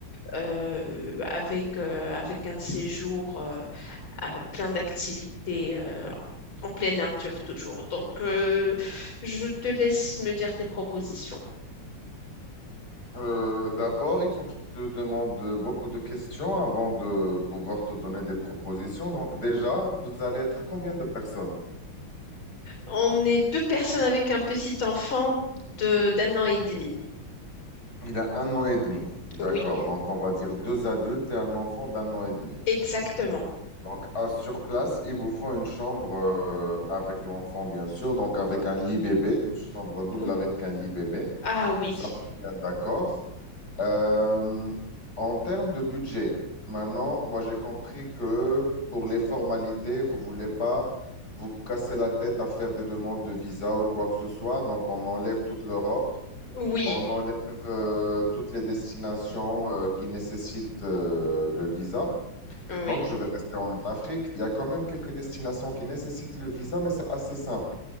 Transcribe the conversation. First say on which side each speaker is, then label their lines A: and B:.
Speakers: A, on the left; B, on the left.
A: euh, avec, euh, avec un séjour euh, à plein d'activités euh, en pleine nature toujours. Donc, euh, je te laisse me dire tes propositions.
B: Euh, d'abord, il faut que je te demande beaucoup de questions avant de pouvoir te donner des propositions. Donc déjà, vous allez être combien de personnes?
A: On est deux personnes avec un petit enfant de d'un an et demi.
B: Il a un an et demi. D'accord.
A: Oui,
B: Donc on va dire deux adultes et un enfant d'un an et demi.
A: exactement.
B: Donc à sur place, il vous faut une chambre euh, avec l'enfant, bien sûr. Donc avec un lit bébé, une chambre double
A: Ou-
B: avec un lit bébé.
A: Ah oui,
B: Ça, on est bien d'accord. Euh, en termes de budget, maintenant, moi j'ai compris que pour les formalités, vous voulez pas vous casser la tête à faire des demandes de visa ou quoi que ce soit. Donc on enlève toute l'Europe,
A: oui,
B: on enlève euh, toutes les destinations euh, qui nécessitent euh, le visa.
A: oui.
B: Donc je vais rester en Afrique. Il y a quand même quelques destinations qui nécessitent le visa, mais c'est assez simple.